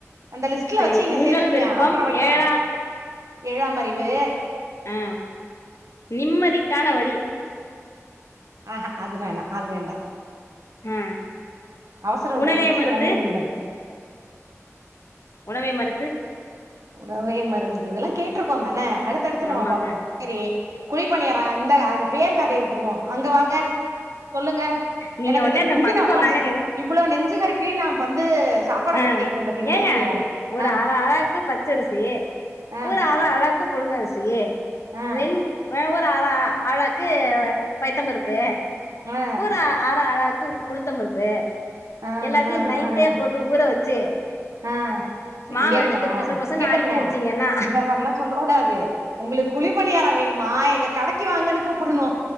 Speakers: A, on the right; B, on the left.
A: அந்த லிஸ்ட்ல
B: சரி
A: வச்சி இங்க
B: உங்கள்
A: சேத்துங்க
B: விருப்பம்
A: அப்புறோ வெக்கலா
B: ஏழா
A: ஏழா மறிவு
B: ஆ நிம்மதிக்கான வழி
A: ஆ ஆ அதுனா வேண்டா அது வேண்டா
B: ஆ
A: அவசர உலகத்தில்
B: உணவே மருந்து
A: ஐந்து நிமிடம்
B: உணவே மருந்து
A: உணவே மருந்து இதெல்லா கேட்டிருக்கோ தனே அடுத்தடுத்து நம்ம
B: ஆமாங்க
A: பாப்போ சேரி குழிப்பணியாரோ இந்த அந்த பேர் கதைய விட்டுருவோ அங்க வாங்க சொல்லுங்க
B: நீங்க
A: எனக்கத
B: ஒன்னே இந்த
A: திங்கனு
B: பக்குவம்
A: பசி
B: தாங்க கேக்குது
A: இவ்வளோ நெஞ்சு கருப்பிலேயு நா வந்து சாப்பாட
B: ஆ
A: பத்தி கேக்குறே பாத்தீங்களா
B: ஏங்க
A: இல்லையா
B: ஒரு
A: ஆ
B: அற அளாக்கு பச்சரிசி
A: ஆ
B: ஒரு அற அழாக்கு புழுங்கரிசி
A: ஆ
B: ரெண்டு ஆ ஒரு அற அ அழாக்கு கு பைத்தம் பருப்பு
A: ஆ
B: ஒரு அழாவுக்கு உளுத்தம் பருப்பு
A: ஆ
B: எல்லாத்தையு
A: ஆ
B: நைட்டே
A: ஆ
B: போட்டு ஊற வச்சு
A: ஆ
B: மாவை
A: இங்காருங்களே
B: எடுத்து பொச பொசன்னு
A: இங்கே பாருங்க
B: ஆட்டி வச்சீங்கன்னா
A: இந்த மாரில்லா சொல்ல கூடாது உங்களுக்கு குழி பணியாரோ வேணுமா எங்க கடைக்கி வாங்கன்னு கூப்புடணு